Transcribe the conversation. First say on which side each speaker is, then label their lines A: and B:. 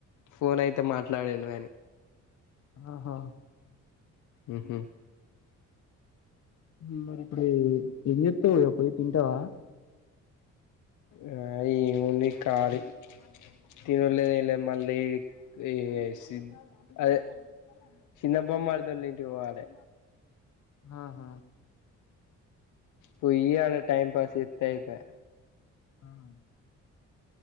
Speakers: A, on the left; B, on the left.
A: ఫోన్ అయితే మాట్లాడిండు కానీ.
B: ఆహా.
A: ఉహు.
B: ఉమ్ మరి ఇప్పుడు ఏంజెత్తవ్ ఇగ పోయి తింటవా.
A: ఆ ఏముంది కాలి తినుల్లేద్ ఏం లేద్ మళ్లీ. ఏ సిద్ అదే చిన్న బామ్మర్ది వాళ్ళ ఇంటికి పోవాలి.
B: ఆహ.
A: పొయ్యి ఆడ టైం పాస్ చేతే అయిపోయి.
B: ఆహా